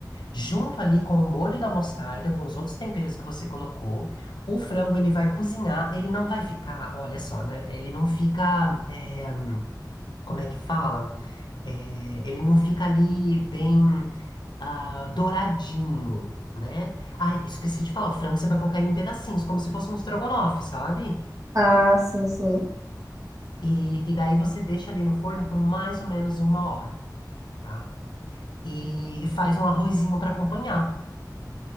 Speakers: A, on the left; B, on the right.
A: Junto ali com o molho da mostarda, com os outros temperos que você colocou, o frango ele vai cozinhar, ele não vai ficar, olha só, né? Ele não fica. é, como é que fala? É, ele não fica ali bem ah, douradinho, né? Ai, esqueci de falar, o frango você vai colocar ele em pedacinhos, como se fosse um estrogonofe, sabe?
B: Ah, sim, sim.
A: E, e daí você deixa ali no forno por mais ou menos uma hora, tá? E, e faz um arrozinho para acompanhar. O